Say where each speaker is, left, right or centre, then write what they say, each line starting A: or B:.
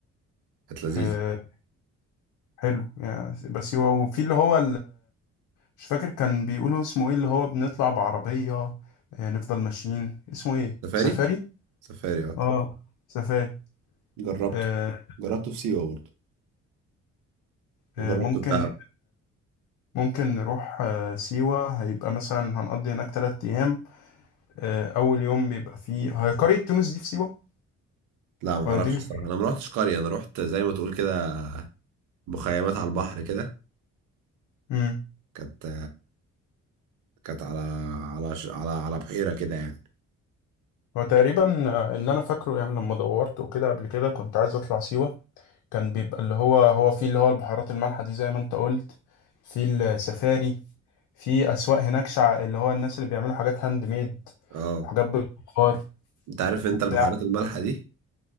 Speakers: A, on the right; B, on the left.
A: كانت لذيذة
B: آه، حلو يعني بس هو وفي اللي هو مش فاكر كان بيقولوا اسمه ايه اللي هو بنطلع بعربية آه، نفضل ماشيين اسمه ايه
A: سفاري
B: سفاري
A: سفاري اه
B: اه سفاري
A: جربته
B: آه،
A: جربته في سيوة برضه وجربته
B: آه، ممكن
A: في دهب
B: ممكن نروح آه، سيوة هيبقى مثلا هنقضي هناك تلات أيام آه، أول يوم بيبقى فيه هي قرية تونس دي في سيوة
A: لا ما
B: ولا
A: اعرفش
B: دي في
A: الصراحه
B: الفيوم؟
A: انا ما رحتش قريه انا رحت زي ما تقول كده مخيمات على البحر كده
B: امم
A: كانت كانت على على ش- على على بحيرة كده يعني
B: هو تقريبا آه، اللي أنا فاكره يعني لما دورت وكده قبل كده كنت عايز أطلع سيوة كان بيبقى اللي هو هو فيه اللي هو البحيرات المالحة دي زي ما أنت قلت في السفاري في اسواق هناك شع... اللي هو الناس اللي بيعملوا حاجات هاند ميد
A: اه
B: وحاجات بالبخار
A: انت عارف انت
B: وبتاع
A: البحيرات المالحة دي